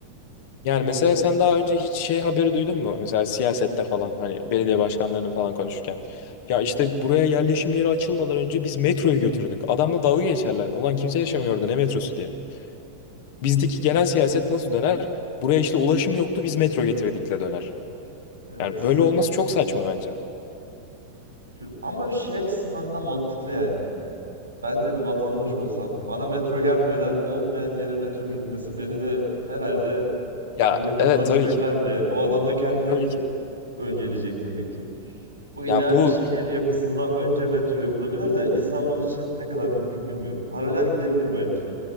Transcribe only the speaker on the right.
O
da
evet
yani
şu- ama şey açısından da mantıklı yani. Ben de bir vatandaş olsam bana metro gelmeden olmayan yere metro gitmesi beni de herhalde
alınganlığa
sürüklerdi
yani. O adam da kendini
önceleyecek tabii ki. Bu ideal
bir şehir yapısında önce metro yapılabilir de İstanbul için ne kadar mümkün bilmiyorum. Paralel gidebilir belki.